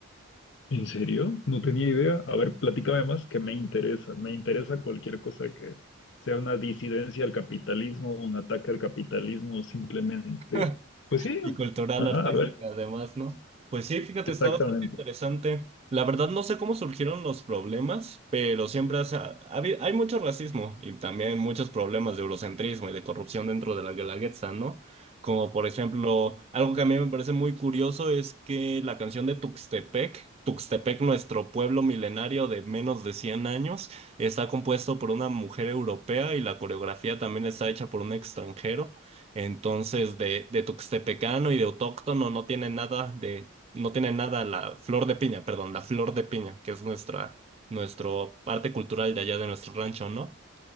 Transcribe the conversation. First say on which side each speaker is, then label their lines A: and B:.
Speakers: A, on the left; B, on the right.
A: ¿En serio? No tenía idea. A ver, platícame más, que me interesa. Me interesa cualquier cosa que sea una disidencia al capitalismo, un ataque al capitalismo, simplemente.
B: <laughs>
A: Pues sí,
B: Y cultural,
A: ajá,
B: artística,
A: a ver,
B: además, ¿no? Pues sí, fíjate,
A: exactamente.
B: está bastante interesante. La verdad, no sé cómo surgieron los problemas, pero siempre hace- ha- habi- hay mucho racismo y también muchos problemas de eurocentrismo y de corrupción dentro de la Guelaguetza, ¿no? Como por ejemplo, algo que a mí me parece muy curioso es que la canción de Tuxtepec, Tuxtepec, nuestro pueblo milenario de menos de 100 años, está compuesto por una mujer europea y la coreografía también está hecha por un extranjero. Entonces, de, de tuxtepecano y de autóctono no tiene nada de, no tiene nada la flor de piña, perdón, la flor de piña, que es nuestra, nuestro arte cultural de allá de nuestro rancho, ¿no?